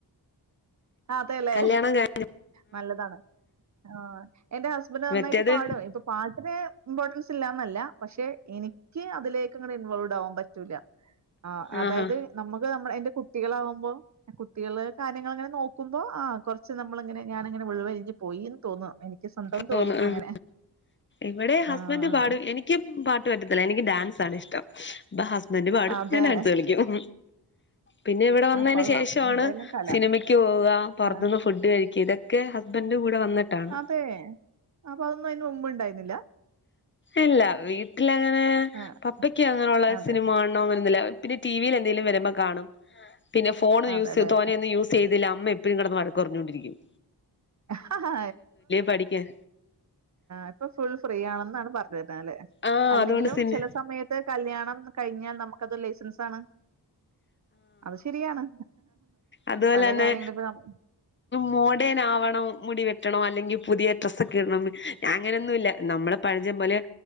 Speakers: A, on the right; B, on the left.
A: അതെല്ലേ
B: കല്യാണം കഴി
A: നല്ലതാണ് ആ എന്റെ ഹസ്ബന്റ് നന്നായിട്ട്
B: മറ്റേത്
A: പാടും ഇപ്പൊ പാട്ടിന് ഇമ്പോർട്ടൻസ് ഇല്ലാന്നല്ല പക്ഷെ എനിക്ക് അതിലേക്കിങ്ങെനെ ഇൻവോൾവ് ഉണ്ടാവാൻ പറ്റൂല ആ അതായത്
B: ആഹാ
A: നമുക്ക്ന മ്മളെത് കുട്ടികളാകുമ്പോ കുട്ടികള് കാര്യങ്ങളങ്ങനെ നോക്കുമ്പോ ആ കുറച്ച് നമ്മള്ങ്ങനെ ഞാന് ഇങ്ങനെ ഉൾവലിഞ്ഞു പോയീന്ന് തോന്നഎനി ക്ക് സ്വന്തം തോന്നും
B: തോന്നു ആഹ്
A: അങ്ങനെ
B: ഇവിടെ ഹസ്ബന്റ്
A: ആഹ്
B: പാടും എനിക്ക് പാട്ട് പറ്റത്തില്ല എനിക്ക് ഡാൻസാണ് ഇഷ്ടം പ്പ ഹസ്ബന്റ് പാടും
A: അതെ
B: ഞാൻ ഡാൻസ് കളിക്കും പിന്നെ ഇവിടെ വന്നതിന്
A: കൊള്ളാം
B: ശേഷാണ്
A: എന്തായാലും കല
B: സിനിമയ്ക്ക് പോവ പൊറത്തുന്ന്
A: ആഹ്
B: ഫുഡ് കഴിക്ക ഇതൊക്കെ ഹസ്ബൻഡ് കൂടെ വന്നിട്ടാണ്
A: അതെ അപ്പൊ അതൊന്നും അയ്ന് മുമ്പുണ്ടായി ട്ടില്ലാ
B: ഇല്ല വീട്ടിലങ്ങനെ
A: ആഹ്
B: പപ്പക്ക് അങ്ങനെയുള്ള
A: അതെ
B: സിനിമാണൊന്നുല്ല പിന്നെ ടിവിയിൽ എന്തെങ്കലും വരുമ്പോ കാണും പിന്നെ ഫോൺ
A: അതെല്ലെ
B: യൂസ് തോനെൊന്നും യൂസ് ചെയ്തില്ല അമ്മയും ഇപ്പീ കടന്ന് വഴക്ക് പറഞ്ഞൊണ്ടിരിക്കും
A: <unintelligible> ആ
B: പഠിക്കാൻ
A: ഇപ്പൊ ഫുൾ ഫ്രീ ആണെന്നാണ് പറെ പ ന്താല്ലെ
B: ആഹ്
A: അല്ലെങ്കിലും
B: അതുകൊണ്ട് സിനി
A: ചെല സമയത്ത് കല്യാണം കഴിഞ്ഞാൽ നമുക്ക് അതൊരു ലൈസൻസാണ്. അത് ശരിയാണ്.
B: അതുഓലെന്നെ
A: പല കാര്യങ്ങളും ഇപ്പ നം
B: മോഡേൺ ആവണം മുടിവെ ട്ടണം അല്ലെങ്കിൽ പുതിയ ഡ്രസ്സൊക്കിടണം ഞാൻ അങ്ങനൊന്നുല്ല നമ്മളെ പഴഞ്ചം പോലെയൊ